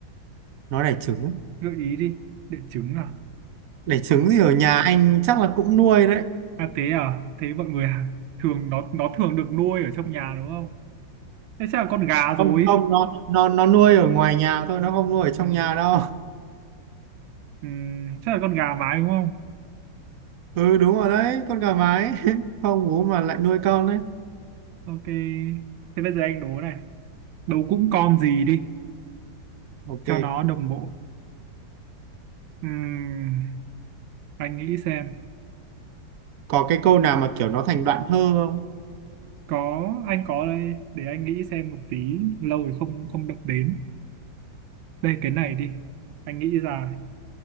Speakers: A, on the right (about 55°); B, on the right (about 85°).
A: nó đẻ trứng
B: gợi ý đi đẻ trứng à
A: đẻ trứng
B: không
A: thì ở nhà anh chắc là cũng nuôi đấy
B: à thế à thế mọi người à? thường nó nó thường được nuôi ở trong nhà đúng không thế chắc là con gà rồi
A: không không nó nó nó nuôi ở ngoài nhà thôi nó không nuôi ở trong
B: ừ,
A: nhà đâu
B: ừ, chắc là con gà mái đúng không
A: ừ đúng rồi đấy con gà mái <laughs> không bố mà lại nuôi con đấy
B: ok thế bây giờ anh đố này đố cũng con gì đi
A: ok
B: cho nó đồng bộ Ừm, anh nghĩ xem
A: có cái câu nào mà kiểu nó thành đoạn thơ không
B: có anh có đây để anh nghĩ xem một tí lâu rồi không không động đến đây cái này đi anh nghĩ ra